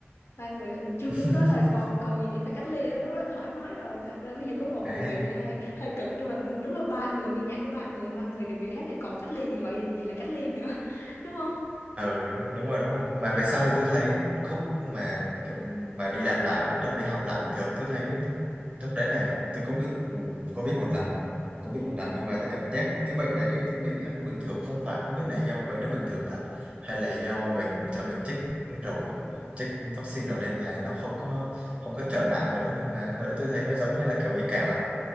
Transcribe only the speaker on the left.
ba người lại bị chung
lúc đó là còn còn gì để phải cách ly đó lúc đó là thoải mái rồi thật ra ví dụ có một
người bị thì hơi hơi cực nhưng mà lúc đó ba người nghe nhạc có ba người thì ba người đều bị hết thì còn cách ly gì gọi gì là cách ly nữa <laughs> đúng không
ừ